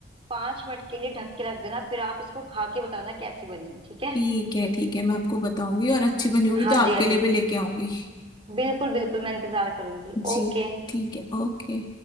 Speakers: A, on the right; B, on the left.
A: पांच मिनट के लिए ढक के रख देना फिर आप इसको खा के बताना कैसी बनी ठीक है
B: ठीक है ठीक है मैं आपको बताऊंगी और अच्छी बनी होगी
A: हाँ
B: तो आपके
A: जी हाँ जी
B: लिए भी लेके आऊंगी
A: बिल्कुल बिल्कुल मैं इंतजार करूंगी
B: जी
A: ओके
B: ठीक है ओके